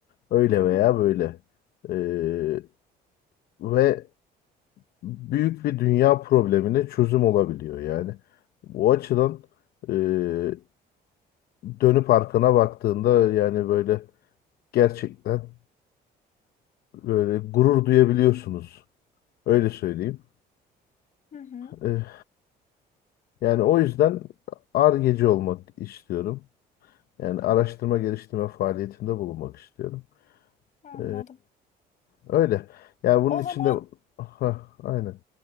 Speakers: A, on the left; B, on the left.
A: Öyle
B: Hı
A: veya
B: hı,
A: böyle. Ee, ve büyük bir dünya problemine çözüm olabiliyor yani. Bu açıdan e, dönüp arkana baktığında yani böyle gerçekten böyle gurur duyabiliyorsunuz. Öyle söyleyeyim.
B: hı hı,
A: Ee, Yani o yüzden Ar-Ge'ci olmak istiyorum. Yani araştırma geliştirme faaliyetinde bulunmak istiyorum.
B: anladım.
A: Ee, öyle. Yani bunun
B: O
A: içinde
B: zaman
A: Hah, aynen.